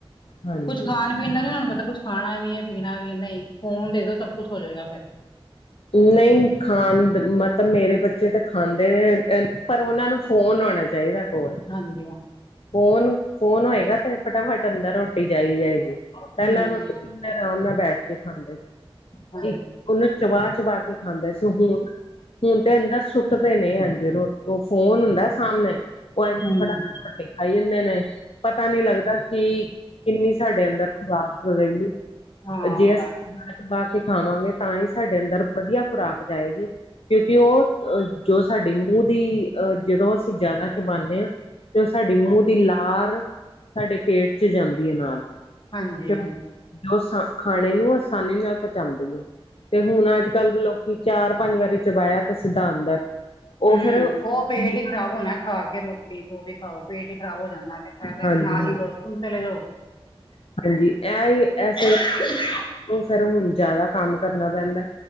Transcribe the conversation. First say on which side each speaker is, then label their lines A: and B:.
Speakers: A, on the left (about 70°); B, on the left (about 50°).
A: ਹਾਂਜੀ
B: ਕੁੱਛ ਖਾਣ ਪੀਂਦਾ ਨੀ ਉਹਨਾਂ ਨੂੰ ਪਤਾ ਕੁੱਛ ਖਾਣਾ ਵੀ ਹੈ ਪੀਣਾ ਵੀ ਨਹੀਂ ਫੋਨ ਦੇ ਦੋ ਸਭ ਕੁੱਛ ਹੋ ਜਾਏਗਾ ਫ਼ਿਰ
A: ਨਹੀਂ ਖਾਣ ਮਤਲਬ ਮੇਰੇ ਬੱਚੇ ਤਾਂ ਖਾਂਦੇ ਨੇ ਪਰ ਉਹਨਾਂ ਨੂੰ ਫੋਨ ਹੋਉਣਾ ਚਾਹੀਦਾ ਕੋਲ
B: ਹਾਂਜੀ।
A: ਫੋਨ, ਫੋਨ ਹੋਏਗਾ ਤੇ ਫਟਾਫਟ ਅੰਦਰ ਰੋਟੀ ਚਾਹੀ ਜਾਏਗੀ।
B: ਹੂੰ
A: ਪਹਿਲਾਂ ਰੋਟੀ ਆਰਾਮ ਨਾਲ ਬੈਠ ਕੇ ਖਾਂਦੇ ਸੀ
B: ਹਾਂਜੀ
A: ਇੱਕ ਉਹਨੂੰ ਚਬਾ, ਚਬਾ ਕੇ ਖਾਂਦਾ ਸੀ ਹੁਣ, ਹੁਣ ਤੇ ਅੰਦਰ ਸੁੱਟਦੇ ਨੇ ਹਾਜੀ ਰੋਟੀ ਉਹ ਫੋਨ ਹੁੰਦਾ ਸਾਹਮਣੇ ਉਹ ਐ
B: ਹੂੰ
A: ਫਟਾਫਟ ਰੋਟੀ ਖਾਈ ਜਾਂਦੇ ਨੇ ਪਤਾ ਨਹੀਂ ਲੱਗਦਾ ਕੀ ਕਿੰਨੀ ਸਾਡੇ ਅੰਦਰ ਖੁਰਾਕ ਹੋ ਗਈ ਹੈ
B: ਹਾਂ
A: ਜੇ
B: ਉਹ
A: ਅਸੀਂ
B: ਤਾਂ
A: ਖਾਣਾ ਪਾ ਕੇ। ਖਾਵਾਂਗੇ ਤਾਂ ਹੀ ਸਾਡੇ ਅੰਦਰ ਵਧੀਆ ਖੁਰਾਕ ਜਾਏਗੀ ਕਿਉਂਕਿ ਉਹ ਅ ਜੋ ਸਾਡੇ ਮੂੰਹ ਦੀ ਜਦੋਂ ਅਸੀਂ ਜ਼ਿਆਦਾ ਚਬਾਉਂਦੇ ਹਾਂ ਤੇ ਉਹ ਸਾਡੀ ਮੂੰਹ ਦੀ ਲਾਰ ਸਾਡੇ ਪੇਟ ਚ ਜਾਂਦੀ ਹੈ ਨਾਲ
B: ਹਾਂਜੀ
A: ਤੇ
B: ਹਾਂਜੀ
A: ਜੋ ਸਾਡੇ ਖਾਣੇ ਨੂੰ ਆਸਾਨੀ ਨਾਲ ਪਹੁੰਚਾਉਂਦੀ ਏ ਤੇ ਹੁਣ ਅੱਜ ਕੱਲ੍ਹ ਲੋਕ ਕਿ ਚਾਰ ਪੰਜ ਵਾਰੀ ਚਬਾਇਆ ਤੇ ਸਿੱਧਾ ਅੰਦਰ ਉਹ
B: ਹਮ
A: ਫੇਰ
B: ਉਹ ਪੇਟ
A: ਹਾਂਜੀ
B: ਹੀ ਖ਼ਰਾਬ ਹੋਣਾ ਖਾ ਕੇ ਰੋਟੀ ਜੋ ਵੀ ਖਾਓ ਪੇਟ ਹੀ ਖਰਾਬ ਹੋ ਜਾਂਦਾ ਫਾਇਦਾ ਕਿ
A: ਹਾਂਜੀ
B: ਨਾਲ
A: ਹਾਂ
B: ਹੀ ਵਾਸ਼ਰੂਮ ਚਲੇ ਜਾਓ
A: ਹਾਂਜੀ ਐ ਐਸੇ
B: ਅ
A: ਫੇਰ ਹੁਣ ਜਿਆਦਾ ਕੰਮ ਕਰਨਾ ਪੈਂਦਾ